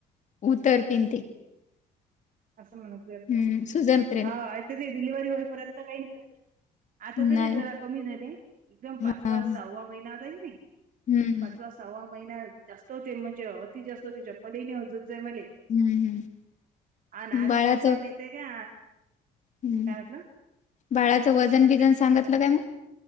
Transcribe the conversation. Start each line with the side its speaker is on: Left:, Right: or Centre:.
Left: उतरतील ते.
Right: असं म्हणत
Left: हम्म सुजन उतरेल
Right: हा ती डिलिव्हरी होईपर्यंत काही नि आता तरी
Left: नाही
Right: जरा कमी झाले एकदम
Left: हा
Right: पाचवा,
Left: हा हम्म
Right: सहावा महिना होता की नाही.
Left: हम्म
Right: पाचवा, सहावा महिना जास्त होते म्हणजे अति जास्त होते चपल ही नाय होत जातजाय मले.
Left: हम्म हम्म.
Right: अ ना
Left: बाळाचं
Right: आत कस आहे माहिती आहे का
Left: हम्म
Right: काय म्हटलं
Left: बाळाचं वजन बिजन सांगितलं काय मग?